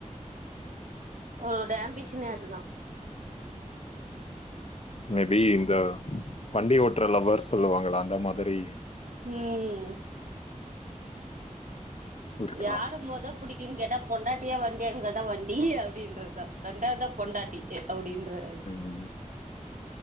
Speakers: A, on the right; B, on the left.
A: அவங்களோட ஆம்பிஷனே அதுதா
B: மே பி இந்த வண்டி ஓட்ற லவ்வர்ஸ் சொல்லுவாங்களா அந்த மாதிரி
A: ம்
B: இருக்கலாம்.
A: யாரு மொத பிடிக்கூ கேட்டா பொண்டாட்டியா வண்டியான் கேட்டா வண்டி அப்டின்றதுதா ரெண்டாவத் தா பொண்டாட்டி எ அப்டின்றாறு
B: சரிங்கெ